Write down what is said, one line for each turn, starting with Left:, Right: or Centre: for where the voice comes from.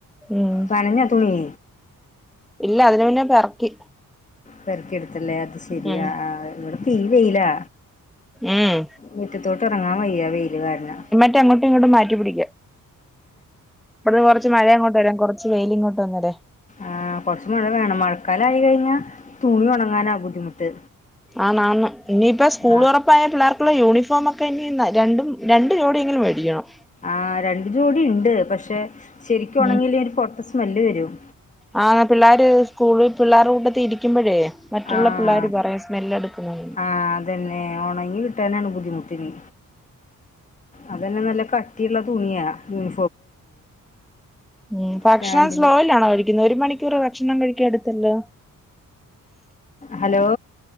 Centre: ഉം
Left: പനഞ്ഞ തുണീ
Centre: ഇല്ല അതിൻ മുന്നേ പെർക്കി
Left: പെറക്കെടുത്തല്ലേ അത് ശെരിയാ
Centre: ഉം
Left: ആഹ് ഇവിടെ തീ വെയിലാ
Centre: ഉം
Left: മിറ്റത്തോട്ട് ഇറങ്ങാൻ വയ്യ വെയില് കാരണം
Centre: ട്ടെ അങ്ങട്ടുംഇങ്ങോട്ടും മാറ്റി പിടിക്ക ഇവിടന്ന് കൊറച്ച് മഴ ഇങ്ങോട്ട് വരാം കൊറച്ച് വെയില ഇങ്ങോട്ട് വന്നരാ
Left: ആഹ് കുറച്ച് മഴ വേണം മഴക്കാലയി കഴിഞ്ഞാൽ തുണി ഉണങ്ങാനാ ബുദ്ധിമുട്ട്
Centre: ആന്നാ ന്ന് ഇനിയിപ്പോ സ്കൂൾ
Left: ആ
Centre: ഉറപ്പായ പിള്ളേർക്കുള്ള യൂണിഫോമ ഒക്കെ ഇനി രണ്ടും രണ്ടു ജോടിയെങ്കിലും മേടിക്കണം
Left: ആഹ് രണ്ട് ജോടി ഉണ്ട് പക്ഷെ ശരിക്കും ഉണെങ്കിൽ
Centre: ഉം
Left: ഒരു പൊട്ട സ്മെല്ല് വരും
Centre: ആഹ് ഏഹ് പിള്ളേർ സ്കൂള് പിള്ളേരുടെ കൂടെത്തി ഇരിക്കുമ്പോഴേ മറ്റുള്ള
Left: ആ
Centre: പിള്ളേർ പറയാ സ്മെല് എടുക്കുന്നു
Left: ആഹ് അതന്നെ ഒണങ്ങി കിട്ടാനാണ് ബുദ്ധിമുട്ടിനി അതന്നെ നല്ല കട്ടിയുള്ള തുണിയ ഉം
Centre: ഉം ഭക്ഷണം
Left: പാന്റിന്
Centre: സ്ലോയിലാണോ കഴി കുന്നു ഒരു മണിക്കൂർ ഭക്ഷണം കഴിക്കാ എടുത്തല്ലോ
Left: ഹലോ